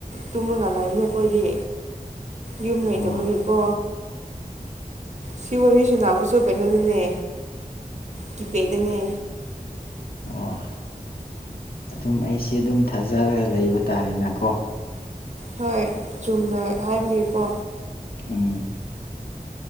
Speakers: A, on the right; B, on the left.
A: ꯇꯨꯝꯃꯒ ꯂꯩꯕꯅꯦ ꯑꯩꯈꯣꯏꯗꯤ ꯌꯨꯝ ꯂꯩꯗꯕꯒꯤꯀꯣ
B: ꯑꯣ
A: ꯁꯤ ꯋꯥꯔꯤꯁꯨ ꯅꯥꯕꯁꯨ ꯀꯩꯅꯣꯗꯨꯅꯦ ꯀꯤꯄꯦꯗꯅꯦ
B: ꯑꯣ ꯑꯗꯨꯝ ꯑꯩꯁꯦ ꯑꯗꯨꯝ ꯊꯥꯖꯔꯒ ꯂꯩꯕ ꯇꯥꯔꯦꯅꯥꯀꯣ
A: ꯍꯣꯏ ꯆꯨꯝꯅ ꯍꯥꯏꯕꯒꯤꯀꯣ
B: ꯎꯝ